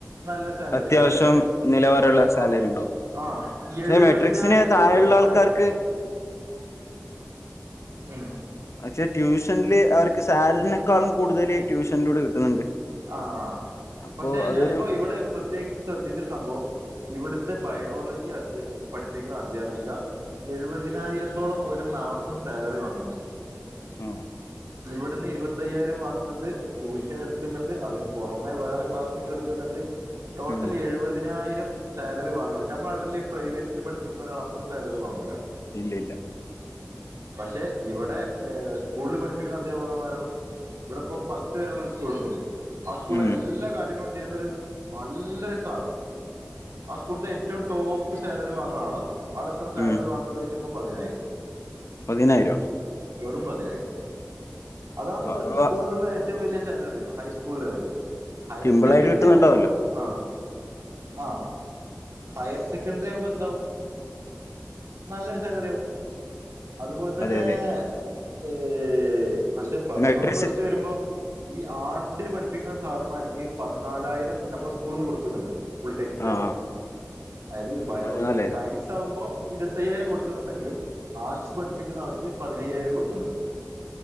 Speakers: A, on the right; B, on the left.
A: നല്ല സേലറി
B: അത്യാവശ്യം
A: അതായത്
B: നിലവാരമുള്ള സാലറി
A: ആഹ്
B: ഉണ്ടാവും
A: ആഹ്
B: പക്ഷെ
A: എഴുപതിനായിരമൊക്കെ.
B: മെട്രിക്സിന് താഴെയുള്ള
A: പ്ര
B: ആൾക്കാർക്ക്
A: ഉം
B: പക്ഷേ ട്യൂഷനില് അവർക്ക് സാലറിനെക്കാളും കൂടുതല് ട്യൂഷനിലൂടെ കിട്ടുന്നുണ്ട്
A: ആ,
B: അപ്പൊ
A: പക്ഷെ
B: അതൊരു
A: ഞാനിപ്പോ ഇവിടെ പ്രത്യേകിച്ച് ശ്രദ്ധിച്ച രു സംഭവം. ഇവിടുത്തെ ബയോളജി അധ്യ പഠിപ്പിക്കുന്ന അദ്ധ്യാപിക എഴുപതിനായിരത്തോളം ഒരു മാസം സാലറി വാങ്ങ്ണ്ട്.
B: ആഹ്
A: ഇവിടുന്ന് ഇരുപത്തയ്യായിരം വാങ്ങുന്നുണ്ട്. ട്യൂഷന് ട് ക്കുന്നുണ്ട്. അതിന് പുറമ വേറെ ക്ലാസ്സുകൾ എടുക്കുന്നുണ്ട്. ടോട്ടൽ
B: ഉം
A: എഴുപതിനായിരം സാലറി വാങ്ങ്ണ്ണ്ട് ഞമ്മളെ നാട്ടില് പ്രൈവറ്റിൽ പഠിപ്പിക്കുന്ന ഒരാൾ അത്ര സാലറി വാങ്ങൂല.
B: ഇല്ല ഇല്ല
A: പക്ഷേ, ഇവടെ സ്കൂൾ പഠിപ്പ പ്പിക്ക്ണ അധ്യാപകന്മാരൊ ഇവിടെപ്പോ പത്ത് വരെള്ള ഒരു സ്കൂളുണ്ട്. ആ സ്കൂളില്
B: ഉം
A: എല്ലാ കാര്യങ്ങളും ചെയ്യുന്നൊരു നല്ലൊരു സാർ ആ സ്കൂളിൽത്തെ ഏറ്റവും ടോപ്പ് സാലറി വാങ്ങണ ആളാ. ആൾെഎത്ര സാലറി
B: ഉം
A: വാങ്ങണ്ട് ചോദിച്ചപ്പോ പതിനായിരം
B: പതിനായിരൊ?
A: വെറും പതിനായിരം അതാണ് ഇവിടുത്തെ
B: ആ,
A: സ്കൂളിലുള
B: ആ,
A: റ്റവും വലിയ സാലറി. ഹൈസ്കൂൾ ലെവലില് ഹയർ
B: സിമ്പിളായിട്ട്
A: സെക്കൻഡറി
B: കിട്ടുന്നുണ്ടാവല്ലോ
A: ആവുമ്പോ ആഹ് ആ ഹയർ സെക്കൻഡറി ആവുമ്പോ ന്താവും. നല്ലൊരു സാലറി ആവും, അതുപോലെ തന്നേ
B: അതെ അതെ
A: ഏഹ് പക്ഷെ പ്ലസ്
B: മാട്രിക്സ്
A: വണ്ണും പ്ലസ് ടു വരുമ്പോ ഈ ആർട്സ് സിനു പഠിപ്പിക്കുന്ന സാർമാർക്ക് പതിനാലായിരം ഞമ്മളെ സ്കൂളിന്ന് കൊടുക്കുന്നുണ്ട്. ഫുൾ ടൈം സ്റ്റാഫിന്
B: ആഹ്
A: അതയത് ബയോ
B: പതിനാലായിരം
A: സയൻസ് ആകുമ്പോ ഇരുപത്തയ്യായിരം കൊടുക്കുന്നുണ്ടെങ്കിലും ആർട്സ് പഠിപ്പിക്കുന്ന ആൾക്ക് പതിനയ്യായിരം കൊടുക്കുന്നുണ്ട്.